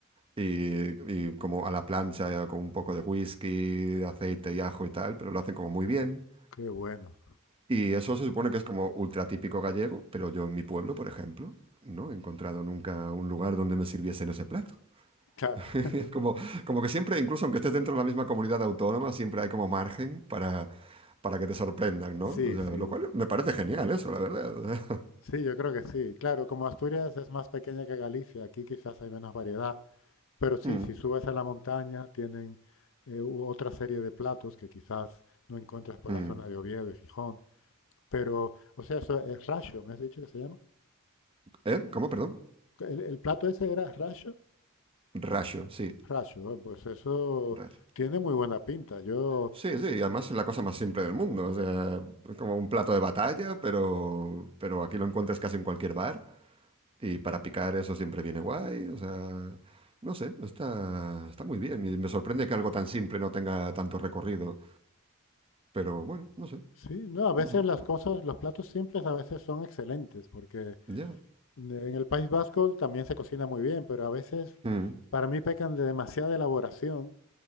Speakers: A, on the right; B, on the left.
A: y, y como a la plancha con un poco de whisky, aceite
B: uf,
A: y ajo y tal, pero lo hacen como muy bien.
B: qué bueno.
A: Y eso se supone que es como ultra típico gallego, pero yo en mi pueblo, por ejemplo, no he encontrado nunca un lugar donde me sirviesen ese plato.
B: Claro,
A: <laughs>
B: <laughs>
A: Es como, como que siempre, incluso aunque estés dentro de la misma comunidad autónoma, siempre hay como margen para, para que te sorprendan, ¿no?
B: sí,
A: O sea,
B: sí.
A: lo cual me parece genial eso, la verdad. o sea,
B: Sí, yo creo que sí. Claro, como Asturias es más pequeña que Galicia, aquí quizás hay menos variedad, pero
A: <laughs>
B: sí,
A: mm,
B: si subes a la montaña tienen eh, u- otra serie de platos que quizás no encuentras por
A: mm.
B: la zona de Oviedo y Gijón. Pero, o sea, eso es rasho, ¿me has dicho que se llama?
A: ¿Eh? ¿Cómo? Perdón.
B: El, el plato ese era racho,
A: Rayo, sí.
B: racho, ah, pues eso
A: Rayo.
B: tiene muy buena pinta. Yo,
A: Sí, sí, y además es la cosa más simple del mundo. O sea, es como un plato de batalla, pero, pero aquí lo encuentras casi en cualquier bar. Y para picar eso siempre viene guay. O sea, no sé, está, está muy bien. Y me sorprende que algo tan simple no tenga tanto recorrido. Pero bueno, no sé,
B: sí, no, a veces
A: no sé.
B: las cosas, los platos simples a veces son excelentes, porque
A: Ya.
B: en el País Vasco también se cocina muy bien, pero a veces
A: Mm,
B: para mí pecan de demasiada elaboración,